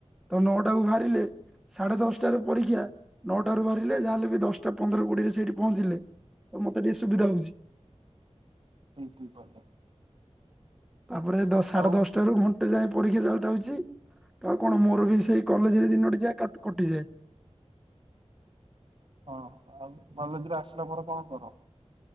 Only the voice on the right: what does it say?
ଟୁଙ୍କୁ ପଦେ
ଆଉ
ହଁ ଆଉ କଲେଜ ରୁ ଆସିଲା ପରେ କଣ କର?